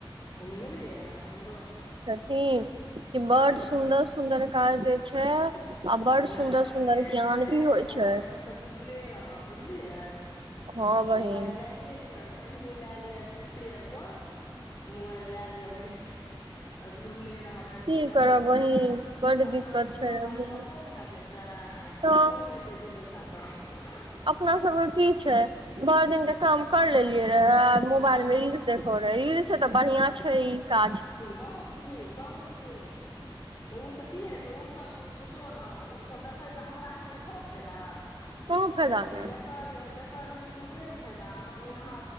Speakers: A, on the left; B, on the right.
A: बुझलियै हमरो
B: हीं कि बड
A: हँ
B: सुन्दर सुन्दर काज दै छै बड
A: नहि
B: सुन्दर
A: बहिन
B: सुन्दर
A: एहिमेसँ
B: ज्ञान
A: नहि
B: भी
A: हटब
B: होइ छै
A: एहिमेसँ जुड़ले रहब बुझलियै
B: हँ बहिन
A: मोबाइल लाऐ लिअ कहिनो लए लिअ किस्तें आर पर मोबाइल लए लिअ बहिन अ जुड़ले रह
B: की
A: जुड़ल
B: करब
A: रहबे
B: बहिन
A: न त
B: बड
A: अपना
B: दिक्कत
A: आर कहियो
B: छै
A: काल
B: अभी
A: ग प भए जेत्तै कामो
B: तऽ
A: हेते दू पैसा कमेबो कर
B: अपना सब के की छै भैर दिन के काम कैर लेलियै रहाय मोबाइल
A: हँ
B: मे इल देख रिल स त बढ़ियां छै ई काज
A: बहुत नीक बहुत नीक उसभ की होइ छै उसब कुछो ने उसभ देखै से हमरा यहाँके थोड़े फेदा है
B: कोनो फायदा
A: ज
B: नहि
A: जकर रील्स ओकरे ने फायदा ह यहाँ